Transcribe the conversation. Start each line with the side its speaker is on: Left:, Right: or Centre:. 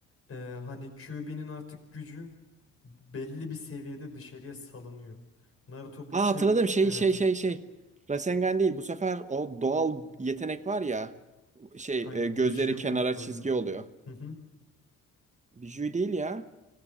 Left: e, hani Kyuubi'nin artık gücü belli bir seviyede dışarıya salınıyor. Naruto bu
Right: Aa
Left: sevi
Right: hatırladım şey
Left: evet
Right: şey şey şey. Rasengan değil bu sefer o doğal yetenek var ya şey
Left: aynen
Right: e, gözleri
Left: Biju
Right: kenara
Left: kontrolünü.
Right: çizgi oluyor.
Left: Hı hı.
Right: Bijuy değil ya.